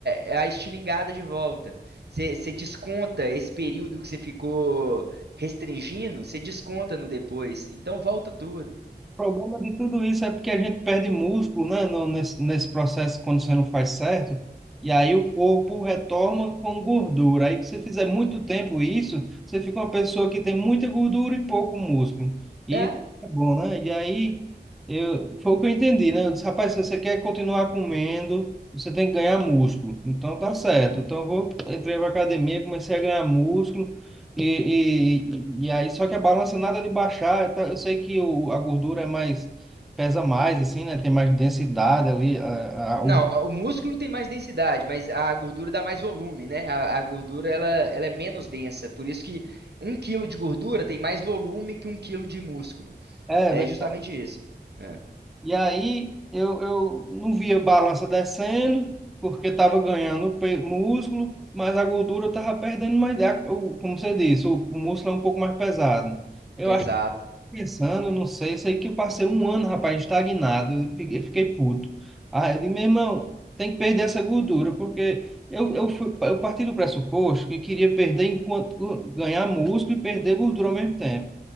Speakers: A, on the right; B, in the centre.
A: é- é a estilingada de volta. Você desconta esse período que você ficou restringindo, você desconta no depois. Então volta tudo.
B: O problema de tudo isso é porque a gente perde músculo, né, no- nesse, nesse processo quando você não faz certo, e aí o corpo retoma com gordura. Aí, se você fizer muito tempo isso, você fica uma pessoa que tem muita gordura e pouco músculo. E
A: É.
B: isso é bom, né? E aí, eu, foi o que eu entendi, né? Eu disse, rapaz, se você quer continuar comendo, você tem que ganhar músculo. Então, tá certo. Então, eu vou, entrei pra academia, comecei a ganhar músculo. E, e, e aí, só que a balança nada de baixar, tá? Eu sei que o, a gordura é mais, pesa mais, assim, né? Tem mais densidade ali. A, a,
A: Não,
B: o,
A: o músculo tem mais densidade, mas a gordura dá mais volume, né? A, a gordura ela, ela é menos densa. Por isso que um quilo de gordura tem mais volume que um quilo de músculo.
B: é,
A: É
B: velho.
A: justamente isso. É.
B: e aí eu, eu não via balança descendo, porque estava ganhando pe- músculo, mas a gordura estava perdendo mais. A, o, como você disse, o, o músculo é um pouco mais pesado. Eu
A: Exato.
B: Pensando, não sei, eu sei que eu passei um ano, rapaz, estagnado, e fiquei, fiquei puto. Aí eu disse, meu irmão, tem que perder essa gordura, porque eu, eu, fui, eu parti do pressuposto que queria perder enquanto ganhar músculo e perder gordura ao mesmo tempo.